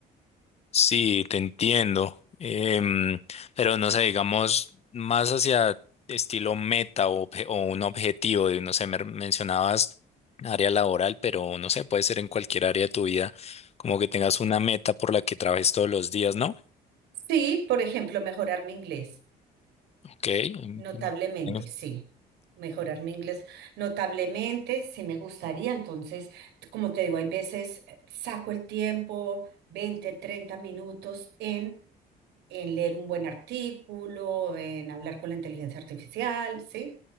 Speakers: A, on the left (about 40°); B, on the right (about 80°).
A: Sí, te entiendo. Em, pero no sé, digamos, más hacia estilo meta o, obje- o un objetivo, y no sé, me mencionabas área laboral, pero no sé, puede ser en cualquier área de tu vida, como que tengas una meta por la que trabajes todos los días, ¿no?
B: Sí, por ejemplo, mejorar mi inglés.
A: Ok. en-
B: Notablemente,
A: en-
B: sí. Mejorar mi inglés notablemente, sí me gustaría. Entonces, como te digo, hay veces eh, saco el tiempo, 20, 30 minutos en, en leer un buen artículo, en hablar con la inteligencia artificial, ¿sí?